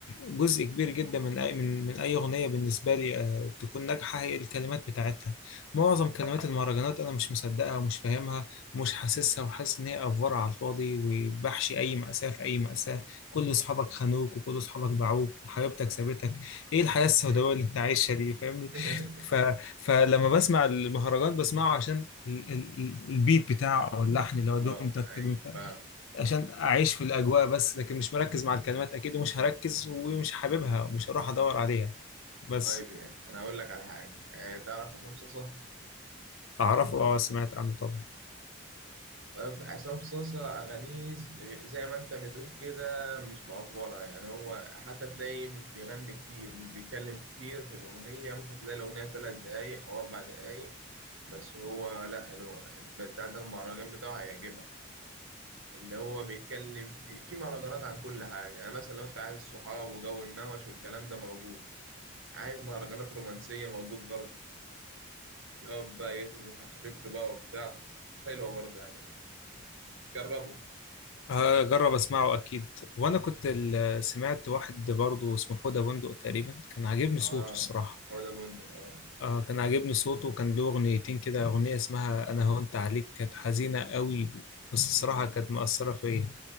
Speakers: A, on the left; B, on the right.
A: جزء كبير جدا من أي من من أي أغنية بالنسبة لي آه، تكون ناجحة هي الكلمات بتاعتها معظم كلمات المهرجانات أنا مش مصدقها ومش فاهمها ومش حاسسها وحاسس إن هي أفورة على الفاضي وبحشي أي مأساة في أي مأساة كل أصحابك خانوك وكل أصحابك باعوك وحبيبتك سابتك إيه الحياة السوداوية
B: مم.
A: اللي أنت عايشها دي فاهمني
B: <laughs>
A: ف... فلما بسمع المهرجان بسمعه عشان ال- ال- ال- البيت بتاعه او اللحن اللي
B: اه
A: هو دوم تك
B: ايوه
A: تك دوم تك،
B: فاهم
A: عشان اعيش في الاجواء بس لكن مش مركز مع الكلمات اكيد ومش هركز ومش حاببها ومش هروح ادور عليها بس
B: طيب يعني انا اقول لك على حاجه آه تعرف عصام صاصا
A: اعرفه اه سمعت عنه طبعا
B: طيب عصام صاصا اغانيه ز- زي ما انت بتقول كده مش مأفورة يعني هو حتى تلاقيه مش بيغني كتير مش بيتكلم كتير في الاغنيه ممكن تلاقي الاغنيه ثلاث دقايق او اربع دقايق بس هو لا اللي هو بتاع ده المهرجان بتاعه هيعجبك اللي هو بيتكلم في في مهرجانات عن كل حاجه يعني مثلا لو انت عايز الصحاب وجو النوش والكلام ده موجود عايز مهرجانات رومانسيه موجود برضه يقعد بقى يغزل في حبيبته بقى وبتاع حلوة برضه يعني جربوا
A: هجرب اسمعه اكيد وانا كنت ال- سمعت واحد برضه اسمه حوده بندق تقريبا كان عاجبني
B: اه
A: صوته الصراحه
B: حوده بندق اه
A: آه كان عاجبني صوته وكان له اغنيتين كده اغنيه اسمها انا هونت عليك كانت حزينه قوي بس الصراحه كانت مأثره فيا